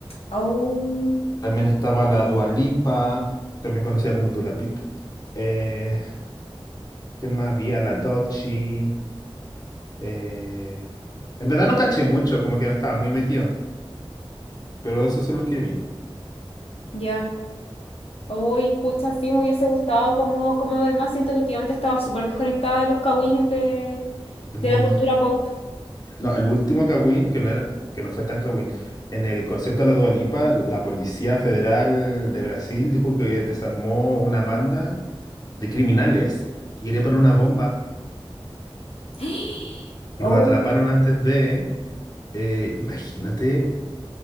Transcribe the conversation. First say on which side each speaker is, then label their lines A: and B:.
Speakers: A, on the left; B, on the left.
A: Oh,
B: También estaba la Dualipa, también conocida como Dula Pip. Eh, ¿qué más había? La Dochi. eh, En verdad no caché mucho, como que no estaba muy metido. Pero esos son los que vi
A: ya. Hoy, pucha, sí, me hubiese gustado como, como ver más. Siento que últimamente he estado súper desconectada de los cagüines de,
B: del
A: de
B: mundo.
A: la cultura pop.
B: No, el último Kawin, que no era, que no fue tan Kawin. En el concierto de la Dualipa, la Policía Federal de Brasil dijo que desarmó una banda de criminales que quería poner una bomba.
A: <gasps>
B: Y
A: Oh,
B: los atraparon antes de. eh, imagínate